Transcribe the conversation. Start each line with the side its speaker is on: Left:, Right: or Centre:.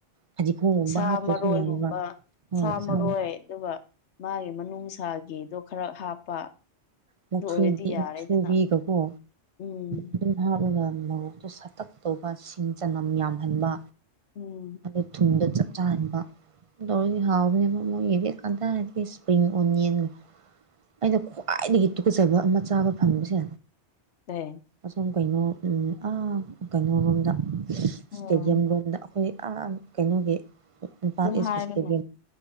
Right: ꯐꯗꯤꯒꯣꯝꯒꯨꯝꯕ
Left: ꯁꯥ
Right: ꯍꯥꯞꯄꯁꯨ
Left: ꯃꯔꯣꯏꯒꯨꯝꯕ
Right: ꯌꯥꯏꯕ ꯍꯣꯏ
Left: ꯁꯥ
Right: ꯁꯥꯃꯨꯛ
Left: ꯃꯔꯣꯏ ꯑꯗꯨꯒ꯫ ꯃꯥꯒꯤ ꯃꯅꯨꯡꯁꯥꯒꯤꯗꯣ ꯈꯔ ꯍꯥꯞꯄ꯫
Right: ꯃꯨꯊ꯭ꯨꯔꯤ
Left: ꯑꯗꯨ ꯑꯣꯏꯔꯗꯤ ꯌꯥꯔꯦꯗꯅ
Right: ꯃꯨꯊ꯭ꯔꯨꯕꯤꯒꯀꯣ꯫
Left: ꯎꯝ
Right: ꯑꯗꯨꯝ ꯍꯥꯏꯂꯒ ꯃꯣꯔꯣꯛꯇꯨ ꯁꯇꯛ ꯇꯧꯕ ꯁꯤꯡ ꯆꯅꯝ ꯌꯥꯝꯍꯟꯕ꯫
Left: ꯎꯝ
Right: ꯑꯗꯣ ꯊꯨꯝꯗꯣ ꯆꯄ꯫ ꯆꯥꯟꯕ ꯑꯗꯨ ꯇꯧꯔꯗꯤ ꯍꯥꯎꯕꯅꯦꯕ ꯃꯣꯏꯒꯤꯗꯤ ꯀꯗꯩꯗꯩ ꯏꯁꯄ꯭ꯔꯤꯡ ꯑꯣꯅꯤꯌꯟꯅꯣ꯫ ꯑꯩꯅ ꯈ꯭ꯋꯥꯏꯗꯒꯤ ꯇꯨꯀꯆꯕ ꯑꯃ ꯆꯥꯕ ꯐꯪꯕꯁꯦ꯫
Left: ꯍꯣꯢ꯫
Right: ꯑꯁꯣꯝ ꯀꯩꯅꯣ ꯎ ꯑ ꯀꯩꯅꯣ ꯂꯣꯝꯗ ꯏꯁꯇꯦꯗꯤꯌꯝ
Left: ꯎꯝ
Right: ꯂꯣꯝꯗ꯫ ꯑꯩꯈꯣꯏ ꯑ ꯀꯩꯅꯣꯒꯤ ꯏꯝꯐꯥꯜ
Left: ꯑꯗꯨꯝ
Right: ꯏꯁꯀꯤ
Left: ꯍꯥꯏꯔꯅꯦ
Right: ꯏꯁꯇꯦꯗꯤ